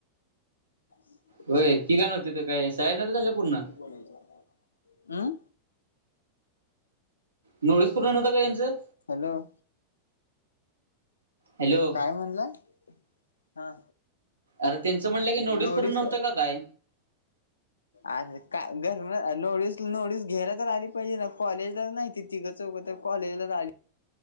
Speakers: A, on the left; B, on the right.
A: ह
B: हो तिघा नव्हते ते काय साहेर नवतं ललं पूर्ण
A: अमं
B: नोस पर्णव होता का यांचं
A: हॅलो
B: हॅलो
A: काय म्हणलं हा
B: अरे त्यांचं म्हटलं की नोटीस
A: नोडीस
B: पूणव्हतं काय
A: अ का घर नोटस नोटीस घ्यायला तर आली पाहिजे ना कॉलेजला नाही तिथ तिं च उग कॉलेजला आली